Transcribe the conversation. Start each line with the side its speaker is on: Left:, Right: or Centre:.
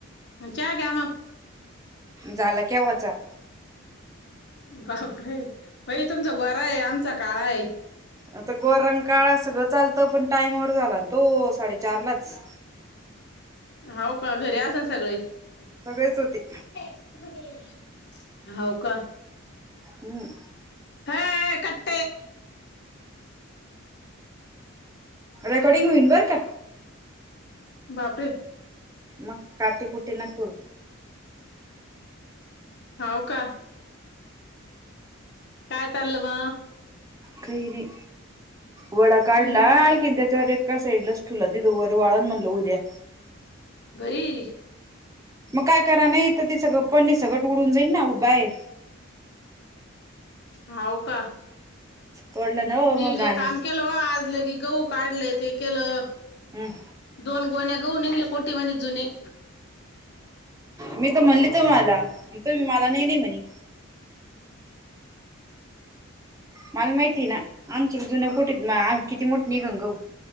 Left: चहा द्या मगं.
Right: झाला केव्हाचा.
Left: बापरे. बाई तुमचा गोरा आहे. आमचा काळा आहे.
Right: आता गोरा आणि काळा सगळं चालतं. पण टाइमावर झाला ना तो साडेचारलाच.
Left: हो का घरी असल सगळे.
Right: सगळेच होते.
Left: अस कधी होईल. हो का.
Right: हम्म.
Left: हे कट
Right: रेकॉर्डिंग होईन बरं का.
Left: बापरे.
Right: मग काटीकुटी नको.
Left: हो का. काय चाललं मग.
Right: काही नाही. वडा काढला.
Left: काही नाही का
Right: ऐकिन त्याच्यासा एका साईडलाच ठेवला. तिथ वर वाळण म्हणलं उद्या.
Left: बई.
Right: मग काय करा नाही. इथ सगळं फणी सकट उडून जाईन ना बाहेर.
Left: हाव का
Right: तोडलं ना हो
Left: मीले
Right: मग घाणा
Left: काम केलं हो. आज लगे गहू काढले ते केलं.
Right: हम्
Left: दोन गोन्या गं. नुसत कोटी वाणी जुनी.
Right: मी तर म्हणली तुम्हाला, तुमी मला नाही नाही म्हणे. मला माहितीय आहे ना. आमच्या जुन्या कोठितन किती मोठ निघल गहु.